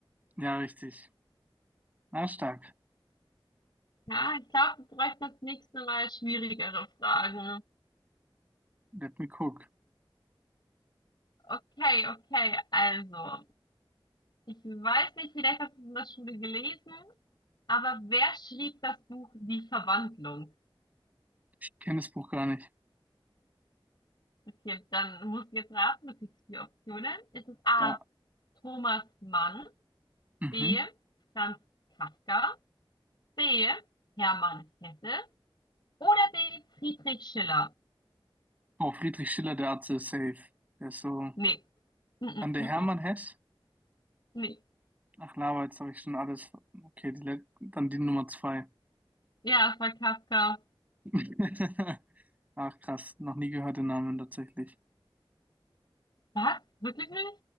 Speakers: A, on the right; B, on the left.
A: Ja, richtig. Na, stark.
B: Ja, ich glaube, wir bräuchten das nächste Mal schwierigere Fragen.
A: Let me cook.
B: Okay, okay, also, ich weiß nicht, vielleicht hast du es in der Schule gelesen, aber wer schrieb das Buch Die Verwandlung?
A: Ich kenne das Buch gar nicht.
B: Okay, dann musst du jetzt raten, du kriegst vier Optionen. Ist es A.
A: Da.
B: Thomas Mann,
A: Mhm.
B: B. Franz Kafka, C. Hermann Hesse oder D. Friedrich Schiller?
A: Oh, Friedrich Schiller, der Atze ist safe. Der ist so
B: Nee. Mm -mm,
A: an der
B: mm
A: Hermann
B: -mm.
A: Hess.
B: Nee.
A: Ach, Lava, jetzt habe ich schon alles. Okay, die, let- dann die Nummer zwei.
B: Ja, es war Kafka.
A: <laughs> Ach, krass, noch nie gehört den Namen tatsächlich.
B: Was? Wirklich nicht?